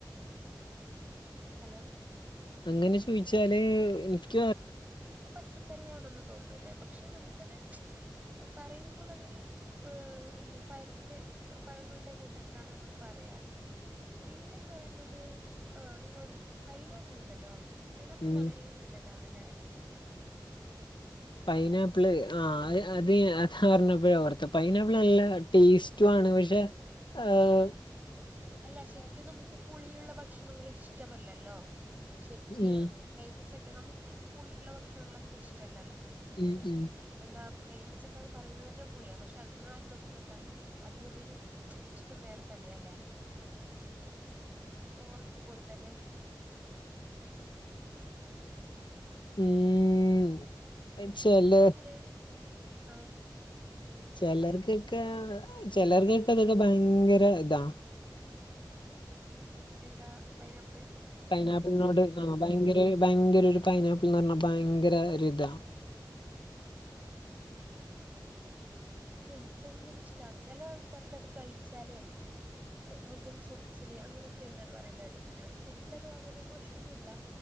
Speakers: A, on the right; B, on the left.
A: ഹലോ
B: അങ്ങനെ ചോയിച്ചാല് എനിക്ക്
A: അത് പച്ചക്കറി ആണെന്ന് തോന്നില്ല പക്ഷെ നമുക്കത് പറയുമ്പോളതോരു എന്ത് പയത്തിന്റെ പഴങ്ങളുടെ കൂട്ടത്തിലാണ് നമ്മൾ പറയാറ് പിന്നെന്ന് പറയുന്നത് ആ നിങ്ങളോട് പൈനാപ്പിൾ ഉണ്ടല്ലോ പൈനപിള്
B: ഉം
A: വളരെ നല്ലതാണല്ലേ
B: പൈനാപ്പിള് ആ അത് അത് പറഞ്ഞപ്പഴ ഓർത്തെ പൈനാപ്പിൾ നല്ല ടേസ്റ്റ പക്ഷെ ആഹ്
A: അല്ല ശരിക്കും നമുക്ക് പുളിയുള്ള ഭക്ഷണങ്ങൾ ഇഷ്ടമല്ലല്ലോ ശരിക്കും
B: ഉം
A: കൈ തിരിച്ചൊക്കെ നമുക്ക് പുളിയുള്ള ഭക്ഷണങ്ങൾ അത്ര ഇഷ്ടല്ലല്ലോ പക്ഷെ
B: ഉം
A: ശരിക്കും
B: ഉം
A: എന്താ എഴത്തിച്ചൊക്കെ അത് പറയുന്നത് തന്നെ പുളിയാണ് പക്ഷെ എന്നാലും നമുക്കെന്താ അതിനോടൊരു ഇഷ്ടം വേറെ തന്നെ ല്ല ഈ ഓറഞ്ച് പോലെ തന്നെ ഉ
B: ഉം
A: നിങ്ങളിപ്പോ
B: ചെല
A: ഇങ്ങനെ അ
B: ചിലർക്കൊക്കെ ചിലർക്കൊ തൊക്കെ ഭയങ്കര ഇതാ
A: എന്താ പൈനാപ്പ്ള്
B: പൈനാപ്പ്ളിനോട് ആ ഭയങ്കര ഭയങ്കര ഒരു പൈനാപ്പ്ൾന്ന് പറഞ്ഞ ഭയങ്കര ഒരിത
A: ആണ പക്ഷെ എനിക്ക് ഭയങ്കര ഇഷ്ടമാണ് ചില ആൾക്കാർക്ക് അത് കഴിച്ചാലേ മുഖം ചൊറച്ചില് അങ്ങനെയൊക്കെ ഉണ്ട്ന്ന് പറയുന്നുന്നത് കേട്ടിട്ടുണ്ട് പക്ഷെ എനിക്കത് അങ്ങനൊ ഒരു പ്രശ്നമൊന്നുമില്ല